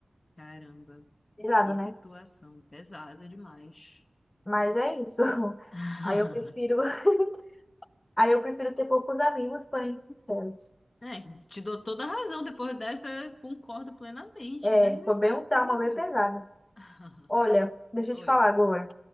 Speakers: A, on the left; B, on the left.
A: Caramba.
B: De lado,
A: Que
B: né?
A: situação pesada demais.
B: Mas é isso. <laughs>
A: <laughs>
B: Aí eu prefiro, <laughs> aí eu prefiro ter poucos amigos, porém sinceros.
A: É, te dou toda a razão depois dessa, concordo plenamente,
B: É,
A: né?
B: foi bem
A: Tu é
B: um
A: doido.
B: trauma bem pesado.
A: <laughs>
B: Olha, deixa
A: Oi.
B: eu te falar agora.